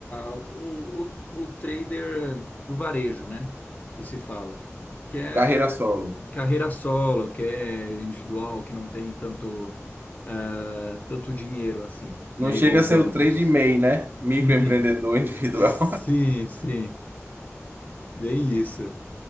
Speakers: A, on the left; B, on the right.
A: o, o, o trader do varejo, né? Que se fala. Que é
B: Carreira solo.
A: carreira solo, que é individual, que não tem tanto, ah, tanto dinheiro assim,
B: Não
A: né?
B: chega
A: Igual
B: a ser
A: bancos.
B: o trade MEI, né? Microempreendedor
A: Uhum.
B: <laughs> individual.
A: Sim, sim, bem isso.